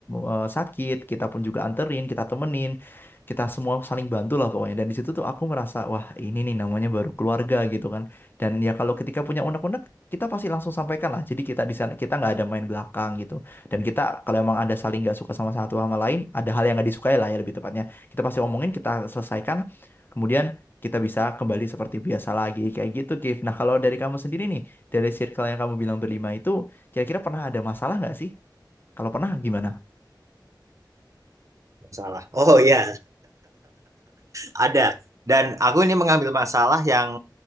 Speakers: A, on the left; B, on the right.
A: eh, sakit kita pun juga anterin kita temenin kita semua saling bantu lah pokoknya dan di situ tuh aku merasa wah ini nih namanya baru keluarga gitu kan dan ya kalau ketika punya unek-unek kita pasti langsung sampaikan lah jadi kita di sana kita nggak ada main belakang gitu dan kita kalau emang ada saling nggak suka sama satu sama lain, ada hal yang nggak disukai lah ya lebih tepatnya. Kita pasti omongin, kita selesaikan, kemudian kita bisa kembali seperti biasa lagi kayak gitu, Kif. Nah kalau dari kamu sendiri nih, dari circle yang kamu bilang berlima itu, kira-kira pernah ada masalah nggak sih? Kalau pernah gimana?
B: masalah Oh iya, ada. Dan aku ini mengambil masalah yang